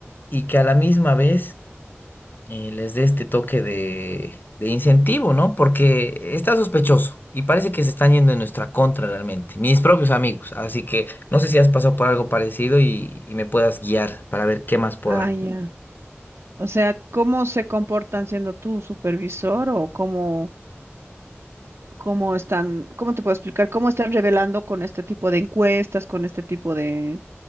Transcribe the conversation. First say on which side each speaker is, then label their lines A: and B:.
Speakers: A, on the left; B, on the right.
A: y que a la misma vez eh, les dé este toque de, de incentivo, ¿no? Porque está sospechoso y parece que se están yendo en nuestra contra realmente, mis propios amigos. Así que no sé si has pasado por algo parecido y, y me puedas guiar para ver qué más puedo
B: Ah,
A: hacer.
B: ya. O sea, ¿cómo se comportan siendo tu supervisor o cómo, cómo están, cómo te puedo explicar, cómo están revelando con este tipo de encuestas, con este tipo de